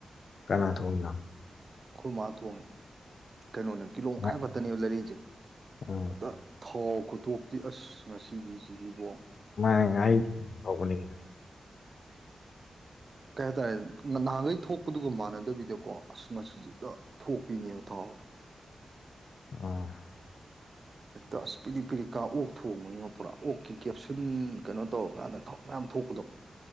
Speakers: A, on the left; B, on the right.
A: ꯀꯅꯥ ꯊꯣꯡꯏꯅꫭ
B: ꯑꯥꯈꫭꯏ ꯃꯥ ꯊꯣꯡ ꯀꯩꯅꯣꯅꯦꯕ ꯀꯤꯂꯣꯡ ꯃꯈꯥꯏ
A: ꯃꯥ-
B: ꯈꯛꯇꯅꯦꯕ ꯂꯩꯥꯔꯤꯛꯏꯁꯦ
A: ꯎꯝ
B: ꯑꯇ ꯊꯥꯎ ꯈꯨꯊꯣꯛꯇꯤ ꯑꯁ ꯉꯁꯤꯒꯤꯁꯤꯗꯤꯀꯣ
A: ꯃ ꯉꯥꯏ ꯇꯧꯕꯅꯤ
B: ꯀꯩ ꯍꯥꯏꯇꯥꯔꯦ ꯅꯍꯥꯟꯈꯩ ꯊꯣꯛꯄꯗꯨꯒ ꯃꯥꯟꯅꯗꯕꯤꯗꯀꯣ ꯑꯁ ꯉꯥꯁꯤ ꯁꯦ ꯍꯦꯛꯇ ꯊꯣꯛꯄꯤꯅꯦꯕ ꯊꯥꯎ
A: ꯎꯝ
B: ꯍꯦꯛꯇ ꯑꯁ ꯄꯤꯔꯤꯛ ꯄꯤꯔꯤꯛꯀꯥ ꯑꯣꯛ ꯊꯣꯡꯕꯅꯤꯅ ꯄꯨꯔꯥ ꯑꯣꯛꯀꯤ ꯀꯦꯞꯁꯤꯟ ꯀꯩꯅꯣ ꯇꯧꯔꯀꯥꯟꯗ ꯊꯥꯎ ꯃꯌꯥꯝ ꯊꯣꯛꯄꯗꯣ